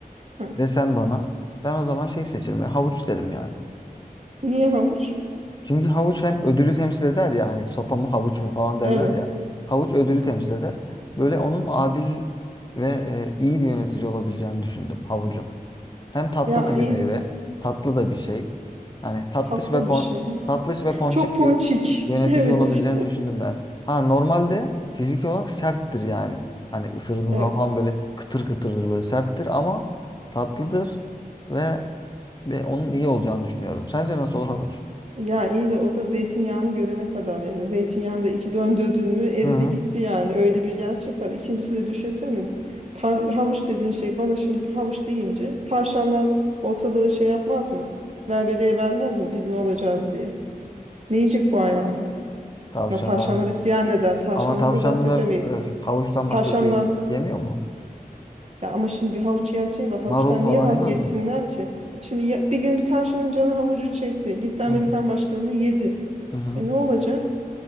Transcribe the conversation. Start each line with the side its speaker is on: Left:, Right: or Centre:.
Right: hı.
Left: Desen bana ben o zaman şey seçerim ya, havuç derim yani.
Right: Niye havuç?
Left: Çünkü havuç hem ödülü temsil eder ya hani sopa mı havuç mu falan derler
Right: Evet.
Left: ya. Havuç ödülü temsil eder. Böyle onun adil ve e, iyi bir yönetici olabileceğini düşündüm havucun. Hem tatlı
Right: Ya
Left: da
Right: iyi
Left: bir meyve, tatlı da bir şey. Hani tatlış
Right: tatlı
Left: ve pon
Right: bir şey.
Left: tatlış ve ponçik
Right: Çok ponçik.
Left: bir yönetici
Right: <laughs> Evet.
Left: olabileceğini düşündüm ben. Ha normalde fiziki olarak serttir yani. Hani ısırdığın
Right: Evet.
Left: zaman böyle kıtır kıtırdır böyle serttir ama tatlıdır ve, ve onun iyi olacağını düşünüyorum. Sence nasıl olur havuç?
Right: Ya iyi de o da zeytinyağını görene kadar yani zeytinyağını da iki döndürdün mü eridi
Left: Hı hı.
Right: gitti yani öyle bir gerçek var. İkincisi de düşünsene tav- havuç dediğin şey bana şimdi havuç deyince tavşanlar ortalığı şey yapmaz mı? Velveleye vermez mi biz ne olacağız diye. Ne yiyecek bu hayvanlar?
Left: Tavşanlar.
Right: Ya tavşanlar isyan eder. Tavşanları
Left: Ama tavşanlar
Right: da zapt edemeyiz.
Left: eh, havuçtan
Right: Tavşanlar
Left: başka bir şey yemiyor mu?
Right: Ya ama şimdi bir havuç gerçeği var. Havuçtan
Left: Marul falan
Right: niye vazgeçsinler
Left: yemez mi?
Right: ki? Şimdi ya- bir gün bir tavşanın canı havucu çekti. Gitti Amerikan
Left: Hı hı.
Right: başkanını yedi.
Left: Hı hı.
Right: E ne olacak?